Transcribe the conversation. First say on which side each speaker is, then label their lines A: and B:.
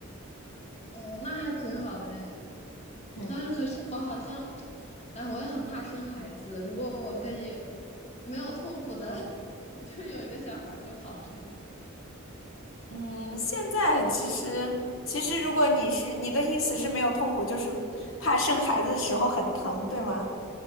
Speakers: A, on the left; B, on the left.
A: 哦，那还挺好的哎。
B: 嗯。
A: 但是可是我好像，哎，我也很怕生孩子。如果我可以没有痛苦的，<laughs> 就有一个小孩儿就好了。
B: 嗯，现在其实其实，如果你是你的意思是没有痛苦，就是怕生孩子的时候很疼，对吗？